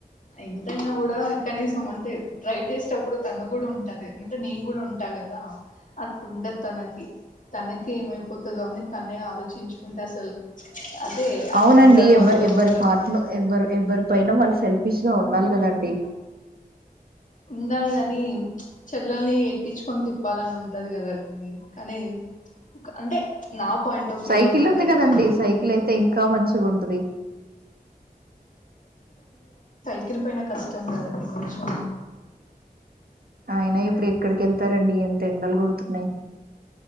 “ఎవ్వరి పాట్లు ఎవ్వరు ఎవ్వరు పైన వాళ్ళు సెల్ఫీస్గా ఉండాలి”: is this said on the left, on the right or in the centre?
Right